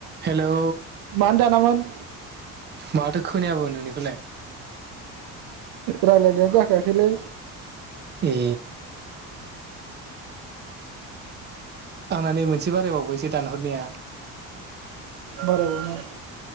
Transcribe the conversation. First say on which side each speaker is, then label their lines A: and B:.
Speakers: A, on the right (about 30°); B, on the right (about 80°).
A: Hello
B: मानो दानामोन?
A: माथो खोनायाबो नोंनिखौलाय?
B: रायलायनाइयानो जाखायाखैलै!
A: ए! आंना नै मोनसे बारायबावबायसो दानहरनाया ।
B: बारा नोंथां।